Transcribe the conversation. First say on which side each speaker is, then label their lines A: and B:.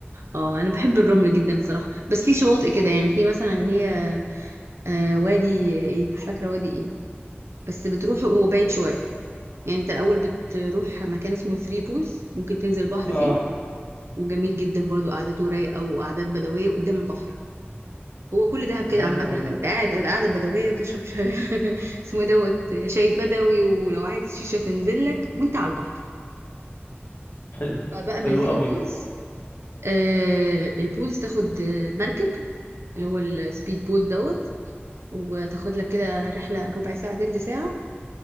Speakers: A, on the right; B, on the left.
A: اه انا بحب الرمل جدا الصراحه بس في شواطئ كده يعني في مثلا اللي هي آه وادي ايه مش فاكره وادي ايه بس بتروح هو بعيد شويه يعني انت الاول بتروح مكان اسمه ثري بولز ممكن تنزل بحر
B: اه
A: فيه وجميل جدا برضو قعدته رايقه وقعدات بدويه قدام البحر هو كل دهب كده
B: ده حلو
A: عامة
B: قوي
A: انت
B: ده
A: قاعد قاعدة بدوية وتشرب ش- <laughs> اسمه إيه دوت شاي بدوي ولو عايز شيشة تنزل لك وانت على البحر
B: حلو
A: فبقى ميلتري
B: حلو قوي
A: بولز آه البولز تاخد آه، مركب اللي هو السبيد بوت دوت وتاخد لك كده رحلة ربع ساعة تلت ساعة